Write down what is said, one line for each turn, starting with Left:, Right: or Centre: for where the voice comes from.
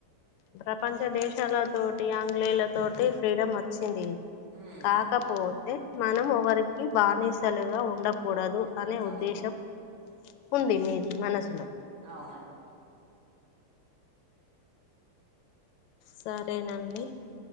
Left: ప్రపంచ దేశాలతోటి ఆంగ్లేయుల తోటి ఫ్రీడమ్ వచ్చింది
Right: ఉమ్,
Left: కాకపోతే మనం ఒకరికి బానిసలుగా ఉండకూడదు అనే ఉద్దేశం
Right: అవును
Left: ఉంది మీ మనసులో
Right: అవునండి
Left: సరేనండి